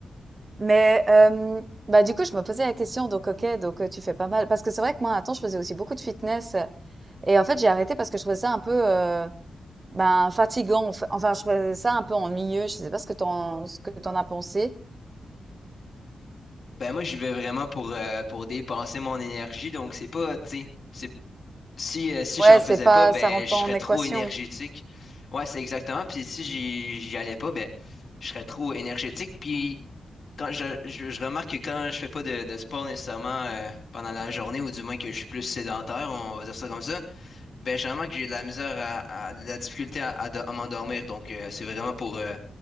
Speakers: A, on the right; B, on the left.
A: Mais euh, bah du coup, je me posais la question, donc ok, donc euh, tu fais pas mal. Parce que c'est vrai que moi, un temps, je faisais aussi beaucoup de fitness. Et en fait, j'ai arrêté parce que je trouvais ça un peu... euh, Ben, fatigant, enf- enfin, je trouvais ça un peu ennuyeux. Je sais pas ce que t'en, ce que t'en as pensé.
B: Ben moi, j'y vais vraiment pour, euh, pour dépenser mon énergie. Donc, c'est pas, tu sais, c'est, si, euh, si
A: Ouais,
B: j'en faisais
A: c'est pas,
B: pas, ben,
A: ça rentre
B: je
A: pas
B: serais
A: en équation.
B: trop énergétique. Ouais, c'est exactement. Puis si j'y, j'y allais pas, ben, je serais trop énergétique. Puis quand je, je, je remarque que quand je fais pas de, de sport nécessairement euh, pendant la journée, ou du moins que je suis plus sédentaire, on va dire ça comme ça, ben, je remarque que j'ai de la misère à, à- de la difficulté à, à, do- à m'endormir. Donc, euh, c'est vraiment pour, euh,